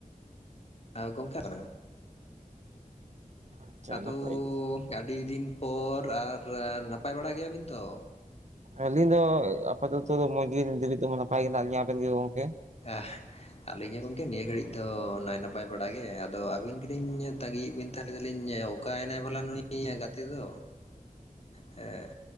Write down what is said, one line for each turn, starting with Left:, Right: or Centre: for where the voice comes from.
Left: ᱜᱚᱝᱠᱮ <inaudible>
Right: ᱟᱪᱪᱷᱟ
Left: ᱟᱫᱚᱻ
Right: ᱱᱟᱯᱟᱭ ᱜᱮ
Left: ᱟᱹᱰᱤ ᱫᱤᱱ ᱯᱚᱨ ᱟᱨ ᱱᱟᱯᱟᱭ ᱵᱟᱲᱟ ᱜᱮᱭᱟᱵᱤᱱ ᱛᱚ?
Right: ᱟᱹᱞᱤᱧ ᱫᱚ ᱟᱯᱟᱛᱚᱛᱚ ᱫᱚ ᱢᱚᱡᱽ ᱜᱤ <unintelligible> ᱱᱤᱛᱚ ᱫᱚ ᱱᱟᱯᱟᱭ ᱜᱮ ᱦᱮᱱᱟᱜ ᱞᱤᱧ ᱟᱵᱮᱱ ᱜᱮ ᱜᱚᱝᱠᱮ.?
Left: ᱟᱦ, ᱟᱞᱤᱧ ᱦᱚᱸ ᱜᱚᱝᱠᱮ ᱱᱤᱭᱟᱹ ᱜᱷᱟᱹᱲᱤᱡ ᱫᱚ ᱱᱟᱭ ᱱᱟᱯᱟᱭ ᱵᱟᱲᱟᱜ ᱜᱮ ᱟᱫᱚ ᱟᱹᱵᱤᱱ ᱜᱮᱞᱤᱧ ᱛᱟᱺᱜᱤᱭᱮᱫ ᱵᱤᱱ ᱛᱟᱦ ᱞᱮᱫᱟᱞᱤᱧ ᱚᱠᱟᱭᱱᱟᱭ ᱵᱷᱟᱞᱟ ᱱᱩᱭ ᱜᱟᱛᱮ ᱫᱚ?
Right: <inaudible>
Left: ᱦᱮᱸ